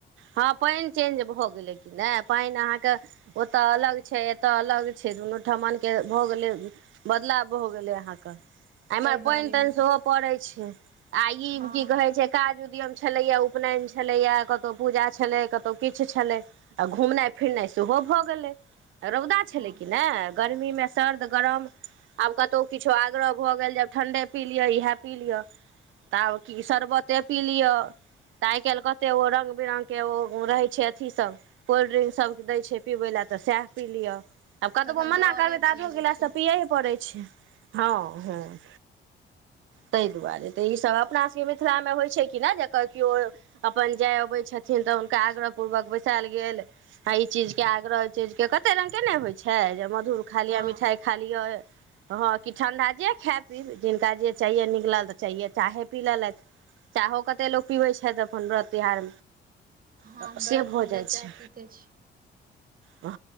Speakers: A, on the right (about 75°); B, on the right (about 45°).
A: हँ पानि चेंज भऽ गेलै क नहि पानि अहाँके ओतय अलग छै एतय अलग छै दुनू ओठमन के भऽ गेलै बदलाव भऽ गेलै अहाँके इमहर
B: ताहि दुआरेमे
A: पानि तानि सेहो पड़े छै आ ई
B: हँ
A: की कहे छै काज उद्यम छलैया उपनयन छलैया क कतहु पूजा छलै कतहु किछु छलै आ घुमनाइ फिरनाइ सेहो भऽ गेलै रौदा छलै
B: हँ
A: कि नहि गर्मीमे सर्द गरम आब कतहु किछो आग्रह भऽ गेल जे आब ठण्ढे पी लिअ इएह पी लिअ त आब कि शर्बते पी लियअ तऽ आइ काल्हि कते ओ रंग बिरंगग के ओ रहै छै अथी सब कोल्ड्रिंक सब दै छै पीबै लए तऽ सएह पी लियअ आब कतबो
B: तखन
A: मना
B: औरे
A: करबै तऽ
B: भऽ
A: आधो
B: जाइ
A: गिलास
B: छै
A: त पियैे पड़ै छै हँ हँ ह <inaudible> ताहि दुआरे तऽ ई सब अपना सबके मिथिला मे होइ छै कि न जेकर केओ अपन जाय अबै छथिन तऽ हुनका आग्रह पूर्वक बैसायल गेल आ ई चीज के आग्रह चीजके कतेक रँगके ने होइ छै जे मधुर खा लिय
B: हँ
A: मिठाइ खा लिय हँ कि ठण्ढा जे खाय पीब जिनका जे चाये निक लागल तऽ चाहिये चाहे पी लेलथि चाहो कते लोग पीबे छै त अपन वरत त्योहार मे
B: हँ
A: तऽ से
B: व्रतमे
A: भऽ जाइ
B: तऽ
A: छै
B: चाय पीते छी
A: हँ